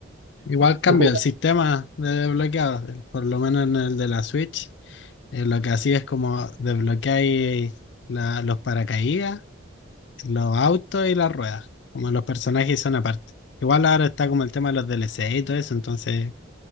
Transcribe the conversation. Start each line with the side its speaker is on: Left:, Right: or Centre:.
Left: Igual
Right: Eh,
Left: cambia
Right: ¿Tú jugaste?
Left: el sistema de desbloqueado, el- por lo menos en el de la Switch. eh, lo que hacía es como desbloqueáis la- los paracaídas, los autos y las ruedas. Como los personajes son aparte. Igual ahora está como el tema de los DLC y todo eso, entonces